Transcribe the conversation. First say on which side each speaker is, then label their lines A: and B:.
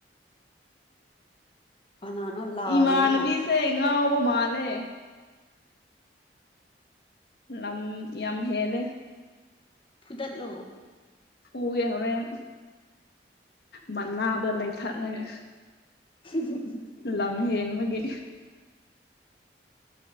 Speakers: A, on the left; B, on the left.
A: ꯀꯅꯥꯅꯣ ꯂꯥꯎꯔꯤꯗꯨꯅ
B: ꯏꯃꯥꯟꯅꯃꯤꯁꯦ ꯉꯥꯎꯕ ꯃꯥꯜꯂꯦ ꯅꯝ ꯌꯥꯝ ꯍꯦꯜꯂꯦ
A: ꯐꯨꯗꯠꯂꯣ
B: ꯐꯨꯒꯦ ꯍꯣꯔꯦꯟ ꯃꯅꯥꯗꯣ ꯂꯩꯊꯠꯂꯒꯦ
A: <unintelligible>
B: ꯂꯝ ꯍꯦꯟꯕꯒꯤ